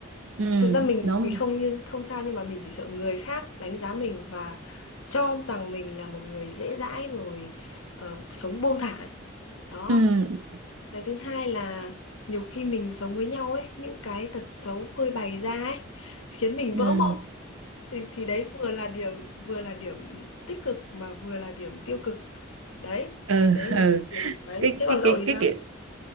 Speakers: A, on the right; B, on the left.
A: ừ
B: Thực ra mình
A: đúng
B: thì không như không sao nhưng mà mình chỉ sợ người khác đánh giá mình và cho rằng mình là một người dễ dãi rồi ờ, sống buông thả. Đó.
A: ừ
B: Cái thứ hai là nhiều khi mình sống với nhau ấy, những cái tật xấu phơi bày ra ấy khiến mình
A: ừ
B: vỡ mộng thì, thì đấy vừa là điểm vừa là điểm tích cực mà vừa là điểm tiêu cực đấy
A: ừ
B: đấy
A: ừ
B: là điều mình thấy
A: cái
B: thế
A: cái
B: còn cậu
A: cái
B: thì
A: cái
B: sao
A: kiểu